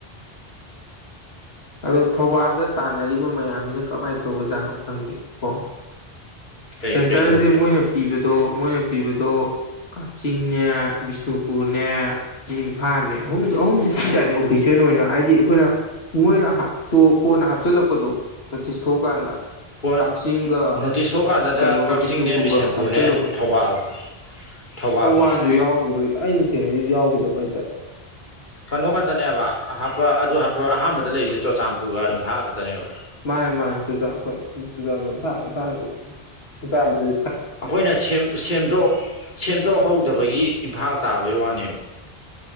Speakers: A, on the left; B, on the left.
A: ꯑꯗꯣ ꯊꯧꯕꯥꯟꯗ ꯇꯥꯟꯅꯔꯤꯕ ꯃꯌꯥꯝꯖꯤꯅ ꯀꯃꯥꯏ ꯇꯧꯕꯖꯥꯠꯅꯣ ꯈꯪꯗꯦ ꯀꯣ
B: ꯀꯩ
A: ꯁꯦꯟꯇ꯭ꯔꯖꯦ
B: ꯀꯩꯗꯧꯒꯦ
A: ꯃꯣꯏꯅ ꯄꯤꯕꯗꯣ ꯃꯣꯏꯅ ꯄꯤꯕꯗꯣ ꯀꯥꯛꯆꯤꯡꯅꯦ ꯕꯤꯁꯅꯨꯄꯨꯔꯅꯦ ꯏꯝꯐꯥꯟꯅꯦ ꯑꯍꯨꯝꯖꯦ ꯑꯍꯨꯝꯖꯦ ꯄꯤꯗꯥꯏꯅꯦ ꯑꯣꯐꯤꯁꯦꯟ ꯑꯣꯏꯅ ꯑꯥꯏꯗꯤ ꯑꯩꯈꯣꯏꯅ ꯃꯣꯏꯅ ꯍꯥꯠ ꯇꯣꯛ ꯀꯣꯟꯅ ꯍꯥꯞꯆꯤꯜꯂꯛꯄꯗꯣ ꯅꯣꯇꯤꯁ ꯊꯣꯛꯑꯀꯥꯟꯗ
B: ꯀꯣꯟ
A: ꯀꯥꯛꯆꯤꯡꯒ
B: ꯅꯣꯇꯤꯁ ꯊꯣꯛꯀꯥꯟꯗꯅ
A: ꯀꯩꯅꯣꯒ
B: ꯀꯛꯆꯤꯡꯅꯦ
A: ꯕꯤꯁꯅꯨꯄꯨꯒ
B: ꯕꯤꯁꯦꯝꯄꯨꯔꯅꯦ
A: ꯍꯥꯞꯆꯜꯂꯛꯄꯅꯤ
B: ꯊꯧꯕꯥꯜ ꯊꯧꯕꯥꯜꯒ
A: ꯊꯧꯕꯥꯟꯖꯨ ꯌꯥꯎꯒꯤꯕ꯭ꯔ ꯑꯩꯅ ꯊꯦꯡꯅꯒꯤꯕ ꯌꯥꯎꯒꯤꯗꯕ ꯑꯩꯇ
B: ꯀꯅꯣ ꯈꯛꯇꯅꯦꯕ ꯑꯍꯥꯞꯄ ꯑꯗꯨ ꯍꯥꯞꯄ ꯑꯍꯥꯟꯕꯗ ꯂꯩꯔꯤꯖꯦ ꯆꯣꯆꯥꯟꯄꯨꯔꯒ ꯏꯝꯐꯥꯜ ꯈꯛꯇꯅꯦꯕ
A: ꯃꯥꯅꯦ ꯃꯥꯅꯦ ꯆꯨꯖꯥꯛ ꯑꯩꯈꯣꯏ ꯆꯨꯖꯥꯟꯄꯨꯔ ꯏꯝꯐꯥꯟ ꯏꯐꯥꯟ ꯆꯨꯆꯥꯟꯄꯨꯔ
B: ꯑꯈꯣꯏꯅ ꯁꯦꯝ‌ ꯁꯦꯝꯗꯣꯛ ꯁꯦꯝꯗꯣꯛꯍꯧꯗꯕꯒꯤ ꯏꯝꯐꯥꯜ ꯇꯥꯕꯩ ꯋꯥꯅꯦꯃꯤ